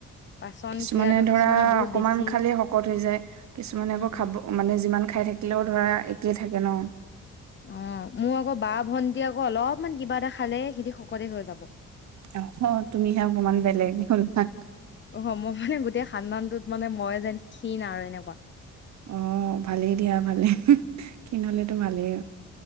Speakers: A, on the left; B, on the right.
A: পাচন
B: কিছুমানে
A: ক্ৰিয়াটো
B: ধৰা
A: কিছুমানৰ বহুত
B: অকমান
A: বেছি
B: খালে শকত হৈ যায় কিছুমানে
A: উম
B: আকৌ
A: উম
B: খাব মানে যিমান খাই থাকে থিলও ধৰা একেই থাকে ন
A: অ মোৰ আকৌ বা ভন্টি আকৌ অলপমান কিবা এটা খালে সেইি সকলোৱে হৈ যাব
B: আহ তুমিহে অকমান বেলেগ হলা
A: অ' মই মানে গোটেই খানদানটোত মানে মই জানি ক্ষীণ আৰু এনেকুৱা
B: অ ভালেই দিয়া ভালে কিিন'লে তোমালেই